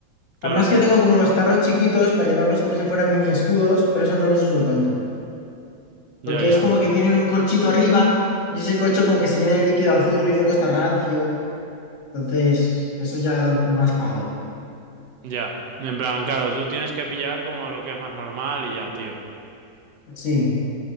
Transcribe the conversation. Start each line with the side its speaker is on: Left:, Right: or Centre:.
Right: Claro.
Left: Además que tengo como unos tarros chiquitos para llevarlos como si fueran mini escudos, pero eso no los uso tanto.
Right: Ya,
Left: Porque
Right: ya.
Left: es como que tienen un corchito arriba y ese corcho como que se llena de líquido azul y luego está rancio. Entonces, eso ya da más palo.
Right: Ya. En plan, claro, tú tienes que pillar como lo que es más normal y ya, tío.
Left: Sí.